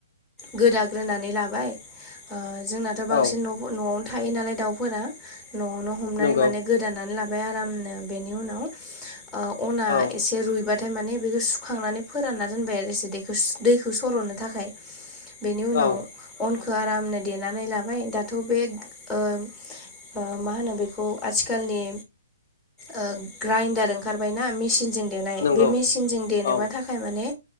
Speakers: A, in the centre; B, on the left.
A: गोदाग्रोनानै लाबाय जोंना ' बांसि
B: औ
A: न'आवनो थायो नालाय दाउफोरा न'आवनो हमनानै
B: नंगौ
A: मान नानै ला आर बेनि उनाव अ
B: औ
A: ए रुइबाथाय माने बेखौ सुखांनानै फोरानना दोनबाय आरो दैखौ सर'नो थाखाय बेनि उनाव
B: औ
A: अनखौ आरामनो देनानै लाबाय दाथ' बे ओ मा होनो बेखौ आथिखालनि ओ ग्राइडार ओंखारबायना मेचनजों देनाय
B: नंगौ
A: बे मेचनजों देनोबा
B: औ
A: थाखाय ाय माने